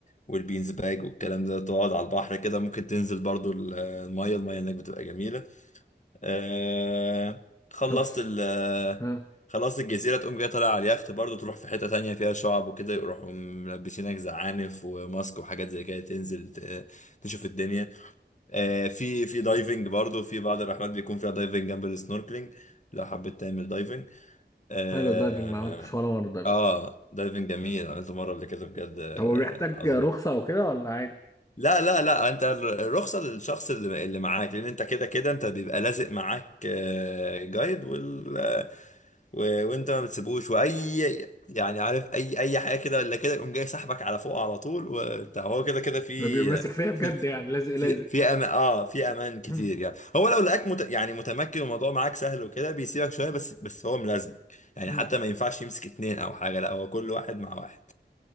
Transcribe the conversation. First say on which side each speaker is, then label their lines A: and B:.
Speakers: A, on the left; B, on the left.
A: والبينز باج والكلام ده تقعد على البحر كده ممكن تنزل برضو ال- الميه الميه هناك بتبقى جميله آه خلصت
B: طب س-
A: ال آه،
B: ها
A: خلصت الجزيرة تقوم جاي طالع على اليخت برضه تروح في حتة تانية فيها شعب وكده يروحوا ملبسينك زعانف وماسك وحاجات زي كده تنزل ت- تشوف الدنيا آه في في دايفنج برضه في بعض الرحلات بيكون فيها دايفنج جنب السنوركلينج لو حبيت تعمل دايفنج اه,
B: حلو الدايفنج ما عملتش ولا مره دايفنج
A: آه دايفنج جميل عملته مرة قبل كده بجد آه،
B: طب هو بيحتاج
A: عظيم
B: رخصه وكده ولا عادي
A: لا لا لا انت الرخصة للشخص اللي اللي معاك لان انت كده كده انت بيبقى لازق معاك آه، جايد وال آه، و... وانت ما بتسيبوش واي يعني عارف اي اي حاجة كده ولا كده يقوم جاي سحبك على فوق على طول وبتاع هو كده كده في
B: ده بيبقى ماسك فيا بجد
A: في
B: يعني لازق لازق
A: في في امان اه في امان كتير
B: مم.
A: يعني هو لو لقاك مت... يعني متمكن الموضوع معاك سهل وكده بيسيبك شوية بس بس هو ملازم يعني
B: مم.
A: حتى ما ينفعش يمسك اتنين او حاجة لا هو كل واحد مع واحد